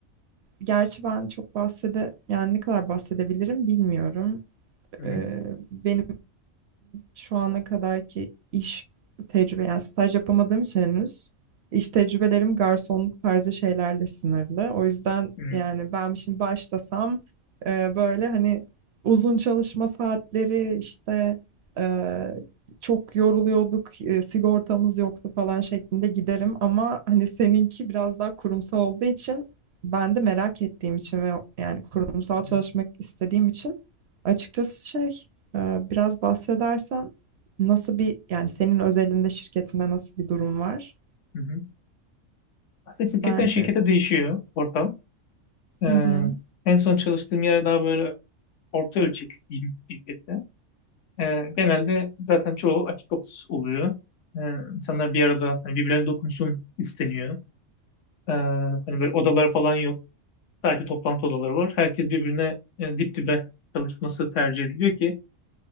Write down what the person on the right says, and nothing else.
gerçi ben çok bahsede yani ne kadar bahsedebilirim bilmiyorum.
E, benim şu ana kadarki iş tecrübe yani staj yapamadığım için henüz iş tecrübelerim garsonluk tarzı şeylerle sınırlı. O yüzden
yani ben şimdi başlasam e, böyle hani uzun çalışma saatleri işte e, çok yoruluyorduk, e, sigortamız yoktu falan şeklinde giderim ama hani seninki biraz daha kurumsal olduğu için ben de merak ettiğim için ve yani kurumsal
çalışmak
istediğim için açıkçası şey ee, Biraz bahsedersen nasıl bir yani senin özelinde şirketinde nasıl bir durum var?
Bence
Hı hı.